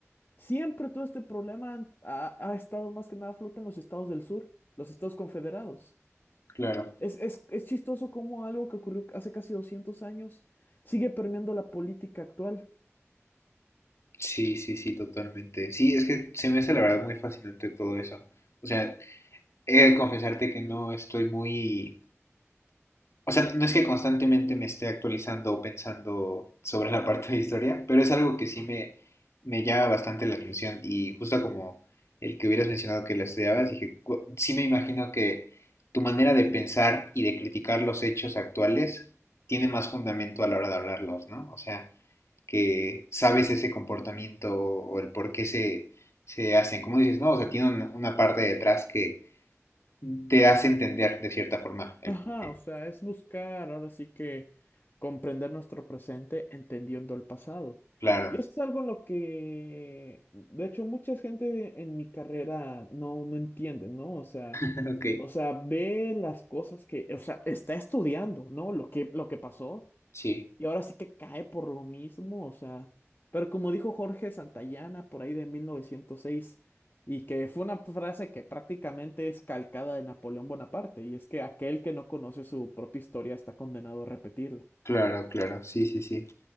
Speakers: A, on the left; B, on the left.
A: siempre todo este problema ha, ha estado más que nada a flote en los estados del sur, los estados confederados.
B: claro.
A: Es, es, es chistoso cómo algo que ocurrió hace casi 200 años sigue permeando la política actual.
B: Sí, sí, sí, totalmente. Sí, es que se me hace la verdad muy fascinante todo eso. O sea, he de confesarte que no estoy muy... O sea, no es que constantemente me esté actualizando o pensando sobre la parte de historia, pero es algo que sí me, me llama bastante la atención. Y justo como el que hubieras mencionado que la estudiabas, dije, "Gu- sí me imagino que tu manera de pensar y de criticar los hechos actuales tiene más fundamento a la hora de hablarlos, ¿no? O sea, que sabes ese comportamiento o el por qué se, se hacen. Como dices, no, o sea, tiene una, una parte detrás que te hace entender de cierta forma el
A: Ajá,
B: por qué.
A: o sea, es buscar ahora sí que comprender nuestro presente entendiendo el pasado.
B: Claro.
A: Y eso es algo en lo que, de hecho, mucha gente en mi carrera no, no entiende, ¿no? O sea,
B: <laughs> Ok,
A: o sea, ve las cosas que, o sea, está estudiando, ¿no? Lo que, lo que pasó,
B: sí.
A: y ahora sí que cae por lo mismo, o sea, pero como dijo Jorge Santayana por ahí de 1906 y que fue una frase que prácticamente es calcada de Napoleón Bonaparte, y es que aquel que no conoce su propia historia está condenado a repetirla.
B: Claro, claro, sí, sí, sí.